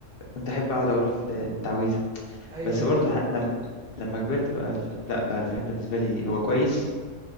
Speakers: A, on the left (about 55°); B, in the centre.
A: كنت احب اقعد اقول التعويذه
B: ايوه
A: بس
B: ايوه
A: برضه
B: فعلا
A: ح- لم... لما كبرت بقى ال- لا بقى الفيلم بالنسبه لي هو كويس